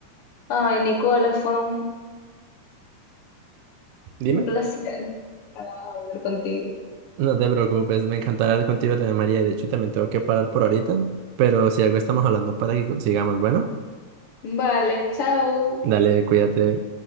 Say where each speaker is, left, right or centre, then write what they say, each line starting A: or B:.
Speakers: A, on the left; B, on the right.
A: Ay, Nicola, fue un,
B: Dime.
A: un placer hablar contigo.
B: No te preocupes, me encantará hablar contigo también, María. De hecho, también tengo que parar por ahorita, pero si algo estamos hablando para que sigamos, bueno,
A: Vale, chao.
B: dale, cuídate.